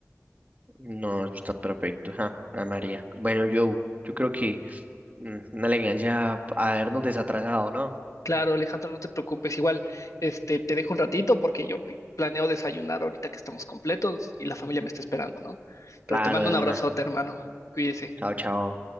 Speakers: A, on the right; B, on the left.
A: No, eso está perfecto. Ja, Ana María. Bueno, yo, yo creo que... Mm, Una elegancia habernos desatrasado, ¿no?
B: Claro,
A: <laughs>
B: Alejandro, no te preocupes. Igual, este, te dejo un ratito porque yo pi- planeo desayunar ahorita que estamos completos y la familia me está esperando, ¿no? Pero
A: Claro,
B: te mando
A: de
B: un
A: una.
B: abrazote, hermano. Cuídese.
A: Chao, chao.